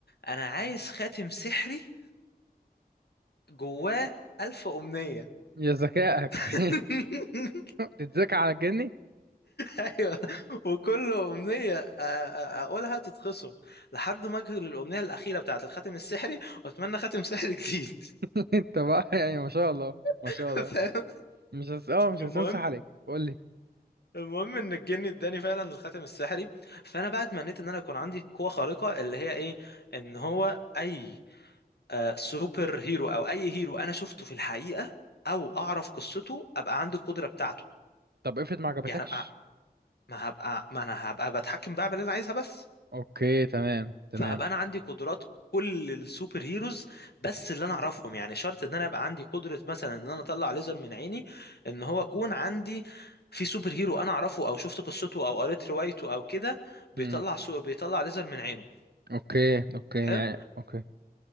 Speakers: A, on the left (about 80°); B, on the right (about 75°).
A: انا عايز خاتم سحري جواه ألف أمنية
B: يا ذكائك
A: <laughs>
B: <laughs> تتذكى على الجني
A: أيوة وكل أمنية أ- أ- أقولها تتخصم لحد ما أجي للأمنية الأخيرة بتاعة الخاتم السحري وأتمنى خاتم سحري جديد
B: <laughs> انت بقى يعني ما شاء الله ما
A: <laughs>
B: شاء الله
A: فاهم
B: مش هس... اه مش
A: المهم
B: هسنصح عليك قول لي
A: المهم ان الجن اداني فعلا الخاتم السحري فانا بقى اتمنيت ان انا يكون عندي قوه خارقه اللي هي ايه ان هو اي آه سوبر هيرو او اي هيرو انا شفته في الحقيقه او اعرف قصته ابقى عندي القدره بتاعته
B: طب افرض ما عجبتكش
A: يعني ابقى ما هبقى ما انا هبقى بتحكم بقى باللي انا عايزها بس
B: اوكي تمام تمام
A: فهبقى انا عندي قدرات كل السوبر هيروز بس اللي انا اعرفهم يعني شرط ان انا ابقى عندي قدرة مثلا ان انا اطلع ليزر من عيني ان هو اكون عندي في سوبر هيرو انا اعرفه او شفت قصته او قريت روايته او كده بيطلع
B: امم
A: سو... بيطلع ليزر من عينه
B: اوكي اوكي
A: حلو
B: يعني اوكي